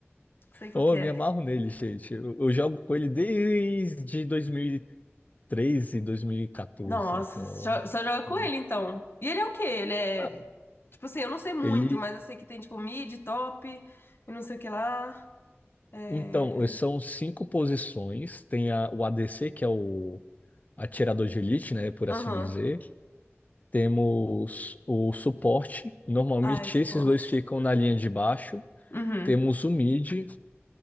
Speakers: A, on the left; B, on the left.
A: Sei qual
B: Oh,
A: que
B: eu
A: é.
B: me amarro nele, gente. Eu, eu jogo com ele desde 2013, 2014.
A: Nossa,
B: Então,
A: só só joga com
B: hum,
A: ele então. E ele é o quê? Ele é.
B: ah,
A: Tipo assim, eu não sei muito,
B: ele.
A: mas eu sei que tem tipo mid, top, e não sei o que lá. É.
B: Então, eh, são cinco posições. Tem a- o ADC, que é o atirador de elite, né, por
A: Aham.
B: assim dizer. Temos o suporte. Normalmente
A: Ah, é suporte.
B: esses dois ficam na linha de baixo.
A: Uhum.
B: Temos o mid,